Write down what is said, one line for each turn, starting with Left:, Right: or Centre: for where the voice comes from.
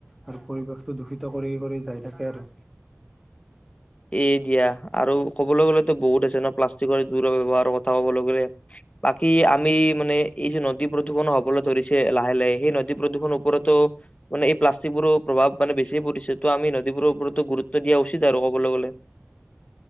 Centre: আৰু পৰিৱেশটো দূষিত কৰি কৰি যাই থাকে আৰু।
Left: এ দিয়া আৰু। ক'বলৈ গলেো বহু আছে ন প্লাষ্টিকৰ দূৰ ব্যৱহাৰৰ কথা ক'বলৈ গ'লে বা। কি আমি মানে এই যে নদী। হ'ব নহয়ণ হ'বলৈ ধৰিছে লাহে লাহে সেইনদী। প্ৰদূষণ ওৰতৰতো। মানে প্লাষ্টিক বোৰৰ প্ৰভাৱ মানেছিয় পৰিছে তটো আমি ন। এইবোৰৰওপৰতো গুৰুত্ব দিয়া উচিত আৰু। ক'বলৈ গ'লে।